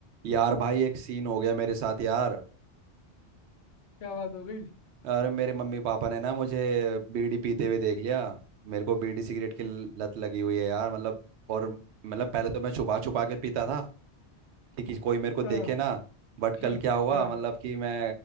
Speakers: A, on the right; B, on the left.
A: यार भाई एक सीन हो गया मेरे साथ यार
B: क्या बात हो गई
A: अरे मेरे मम्मी पापा ने ना मुझे बीड़ी पीते हुए देख लिया मेरे को बीड़ी सिगरेट की लत लगी हुई है यार मतलब और मतलब पहले तो मैं छुपा छुपा के पीता था कि, कि कोई मेरे को देखे
B: हाँ
A: ना बट कल
B: <clears throat>
A: क्या हुआ
B: हाँ
A: मतलब कि मैं